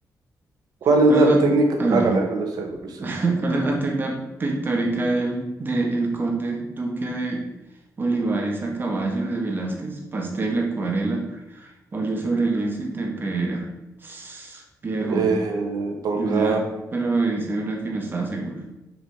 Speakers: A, on the right; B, on the right.
A: ¿Cuál es
B: ¿Cuál
A: la
B: es la...
A: técnica?
B: Hágale.
A: Hágale, hágale usted, hágale usted.
B: <laughs> ¿Cuál es la técnica pictórica del, de el conde duque de Olivares a caballo de Velázquez? Pastel, acuarela, óleo sobre lienzo y tempera. <sighs> Viejo,
A: Eh, ponga
B: yo ya. Pero hice una que no estaba seguro.